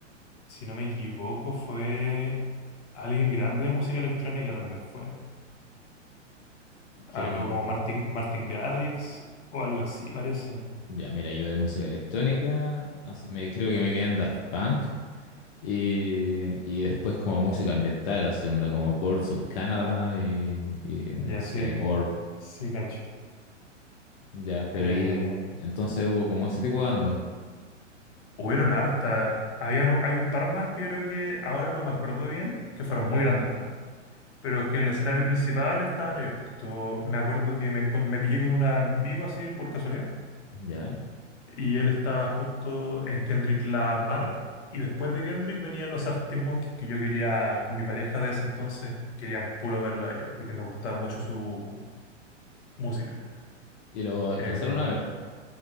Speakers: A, on the left; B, on the left.
A: si no me equivoco, fue alguien grande de música electrónica también fue.
B: ¿Quién?
A: Algo como Martin, Martin Garrix o algo así, parece.
B: Ya, mira, yo de música electrónica, as- me, creo que me quedé en Daft Punk y, y después como música ambiental, así onda como Birds of Canada y, y
A: Ya
B: no sé,
A: sí,
B: Orb,
A: sí, cacho.
B: ya, pero
A: eh,
B: ahí entonces hubo como ese tipo de banda,
A: Hubieron harta. Habían, u- hay un par más que yo creo que ahora no me acuerdo bien, que fueron muy grandes también. Pero es que el escenario principal estaban ellos. Pues todo- me acuerdo que me, encon- me pillé con un amigo así por casualidad.
B: ya,
A: Y él estaba justo en Kendrick Lamar. Y después de Kendrick venían los Arctic Monkeys que yo quería, con mi pareja de ese entonces, queríamos puro verlo a ellos, porque nos gustaba mucho su música.
B: y lo alcanzaron
A: Eh,
B: a ver,